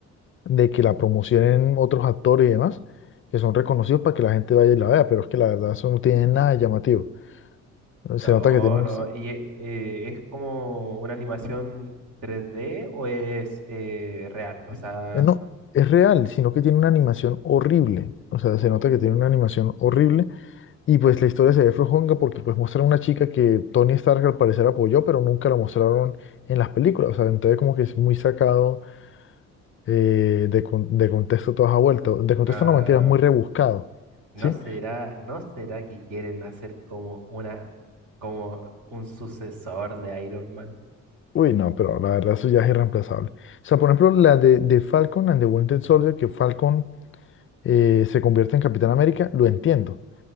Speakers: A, on the left; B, on the right.
A: de que la promocionen otros actores y demás, que son reconocidos para que la gente vaya y la vea, pero es que la verdad eso no tiene nada de llamativo.
B: No,
A: Se nota que tienen,
B: no, y eh, eh, es como una animación 3D o es eh, real, o sea,
A: no, es real, sino que tiene una animación horrible. O sea,
B: o-
A: se nota que tiene una animación horrible Y pues la historia se ve flojonga porque pues muestran una chica que Tony Stark al parecer apoyó, pero nunca la mostraron en las películas. O sea, entonces como que es muy sacado eh, de, con- de contexto toda esa vuelta. De contexto
B: ah,
A: no mentiras, muy rebuscado.
B: no
A: ¿Sí?
B: será, no será que quieren hacer como una, como un sucesor de Iron Man,
A: Uy, no, pero la verdad eso ya es irreemplazable. O sea, por ejemplo, la de, de Falcon and the Winter Soldier, que Falcon eh, se convierte en Capitán América, lo entiendo.